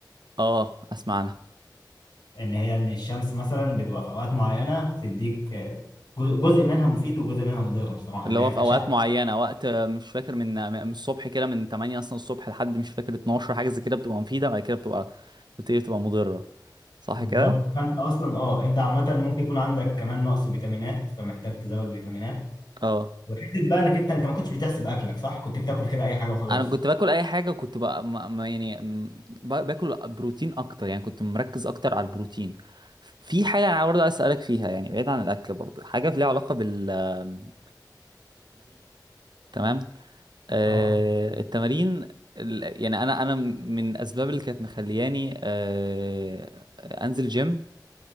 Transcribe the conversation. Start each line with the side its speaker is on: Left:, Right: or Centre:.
Right: اه اسمعنا
Left: ان هي ان الشمس مثلا بتبقى في اوقات معينه بتديك آه، جو- جزء منها مفيد وجزء منها مضر بصراحه
Right: اللي
Left: اللي
Right: هو
Left: هي الاشعه
Right: في اوقات معينه وقت مش فاكر من من الصبح كده من 8 اصلا الصبح لحد مش فاكر 12 حاجه زي كده بتبقى مفيده بعد كده بتبقى بتبتدي تبقى مضره صح
Left: بالظبط
Right: كده
Left: فانت اصلا اه انت عامه ممكن يكون عندك كمان نقص فيتامينات فمحتاج تزود فيتامينات
Right: اه
Left: وحته بقى انك انت انت ما كنتش بتحسب اكلك صح كنت بتاكل كده اي حاجه وخلاص
Right: انا كنت باكل اي حاجه كنت بقى ما ما- يعني م- ب- باكل بروتين اكتر يعني كنت مركز اكتر على البروتين في حاجه انا برضه عايز اسالك فيها يعني بعيد عن الاكل برضه حاجه ليها علاقه بالتمارين تمام آه،
Left: اه
Right: التمارين ال- يعني انا انا من الاسباب اللي كانت مخلياني آه، انزل جيم